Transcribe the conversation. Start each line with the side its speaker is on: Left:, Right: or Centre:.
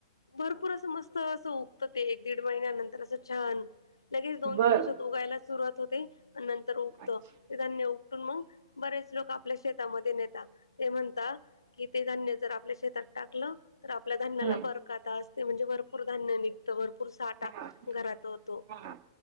Left: भरपूर असं मस्त असं उगतं ते एक दीड महिन्यानंतर असं छान लगेच दोन
Right: बर
Left: तीन दिवसात उगायला सुरवात होते आणि नंतर उगतं
Right: अच्छा
Left: ते धान्य उपटून मग बरेच लोक आपल्या शेतामध्ये नेतात ते म्हनता की ते धान्य जर आपल्या शेतात टाकलं तर आपल्या धान्याला
Right: हम्म.
Left: बरकात असते म्हणजे भरपूर धान्य निघतं भरपूर साठा
Right: हा
Left: घरात होतो
Right: हा